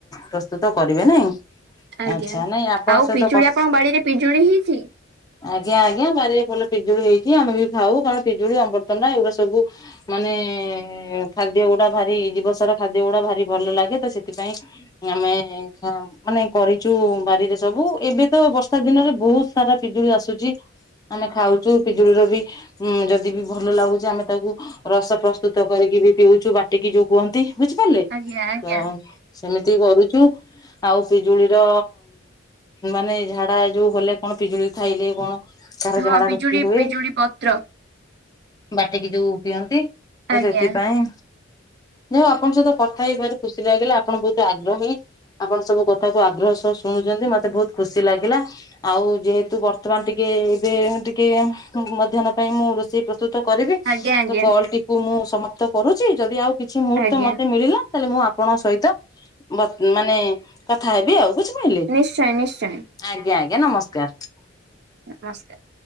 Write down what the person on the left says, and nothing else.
ପ୍ରସ୍ତୁତ କରିବେ ନାଇଁ।
ଆଚ୍ଛା ନାଇଁ ଆପଣଙ୍କ
ସହିତ
କ
ଆଜ୍ଞା ଆଜ୍ଞା ବାରିରେ ଭଲ ପିଜୁଳି ହେଇଛି ଆମେ ବି ଖାଉ କାରଣ ପିଜୁଳି ଅମୃତଭଣଣ୍ଡା ଏଉରା ସବୁ ମାନେ ଖାଦ୍ୟ ଗୁଡା ଭାରି ଜିବସାର ଖାଦ୍ୟ ଗୁଡା ଭାରି ଭଲ ଲାଗେ ତ ସେଥିପାଇଁ ଆମେ ଖାଁଉ। ମାନେ କରିଛୁ ବାରିରେ ସବୁ ଏବେ ତ ବର୍ଷା ଦିନରେ ବହୁତ ସାରା ପିଜୁଳି ଆସୁଚି। ଆମେ ଖାଉଛୁ ପିଜୁଳିର ବି ଉ ଯଦି ବି ଭଲ ଲାଗୁଛି ଆମେ ତାକୁ ରସ ପ୍ରସ୍ତୁତ କରିକି ବି ପିଉଛୁ ବାଟିକି ଯୋଉ କୁହନ୍ତି ବୁଝିପାରିଲେ ଅ
ସେମିତି କରୁଚୁ। ଆଉ ପିଜୁଳିର ମାନେ ଝାଡା ଯୋଉ ହେଲେ କଣ ପିଜୁଳି ଖାଇଲେ କଣ ତାର
ଝାଡା
ରୋକି ହୁଏ।
ବାଟିକି ଯୋଉ ପିଅନ୍ତି ତ
ସେଥିପାଇଁ ଯ ଆପଣଙ୍କ ସହିତ କଥା ହେଇ ଭାରି ଖୁସି ଲାଗିଲା ଆପଣ ବହୁତ ଆଗ୍ରହୀ। ଆପଣ ସବୁ କଥାକୁ ଆଗ୍ରହ ସହ ଶୁଣୁଛନ୍ତି ମତେ ବହୁତ ଖୁସି ଲାଗିଲା। ଆଉ ଯେହେତୁ ବର୍ତ୍ତମାନ ଟିକେ ଏବେ ଟିକେ ମଧ୍ୟାନ ପାଇଁ ମୁଁ ରୋଷେଇ ପ୍ରସ୍ତୁ ପ୍ରସ୍ତୁତ କରିବି
ତ କଲ ଟିକୁ ମୁଁ ସମାପ୍ତ କରୁଛି। ଯଦି ଆଉ କିଛି ମୁହୂର୍ତ୍ତ
ମତେ ମିଳିଲା ତାହେଲେ ମୁଁ ଆପଣଙ୍କ ସହିତ ମାନେ କଥା ହେବି ଆଉ। ବୁଝି ପାରିଲେ
ଆଜ୍ଞା ଆଜ୍ଞା ନମସ୍କାର।